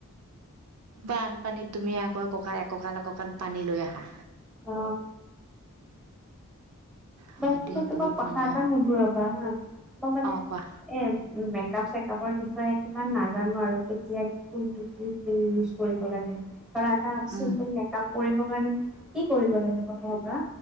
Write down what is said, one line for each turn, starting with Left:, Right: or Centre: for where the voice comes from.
Right: বানপানীত তুমি আকৌ এককাল, এককাল পানী লৈ আহা।
Centre: অ'।
Right: হয়
Centre: মই
Right: দেই
Centre: তোমাক
Right: বহুত
Centre: কথা
Right: মানে
Centre: এটা সোধোঁ ৰ'বা হা, মই মানে
Right: অঁ কোৱা
Centre: এ মেকআপ চেকআপৰ বিষয়ে ইমান নাজানো আৰু কেতিয়া কোনটো কি ইউজ কৰিব লাগে। ধৰা এটা চিম্পুল
Right: উম
Centre: মেকআপ কৰিবৰ কাৰণে কি কৰিব লাগে? প্ৰথমৰ পৰা